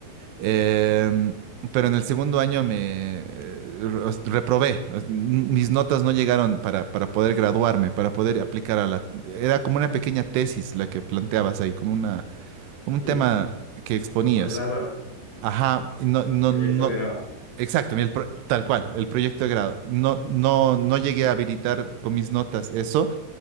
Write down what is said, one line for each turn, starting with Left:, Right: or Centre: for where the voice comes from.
Right: Em, pero en el segundo año me eh, re- reprobé. Os- n- Mis notas no llegaron para, para poder graduarme, para poder aplicar a la... Era como una pequeña tesis la que planteabas ahí, como una, como un
Left: Sí,
Right: tema
Left: sí,
Right: que exponías.
Left: para poder graduar,
Right: Ajá, y no, no,
Left: proyecto
Right: no.
Left: de grado,
Right: Exacto, el pro- tal cual, el proyecto de grado. No, no, no llegué a habilitar con mis notas eso,